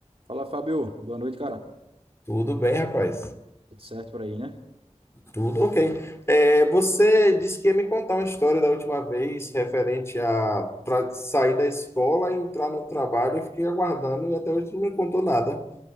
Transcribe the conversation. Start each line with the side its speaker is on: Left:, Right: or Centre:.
Right: Fala, Fábio. Boa noite, cara.
Left: Tudo bem, rapaz.
Right: Tudo certo por aí, né?
Left: Tudo ok. É, você disse que ia me contar uma história da última vez referente a tra- sair da escola e entrar no trabalho. Eu fiquei aguardando e até hoje não me contou nada.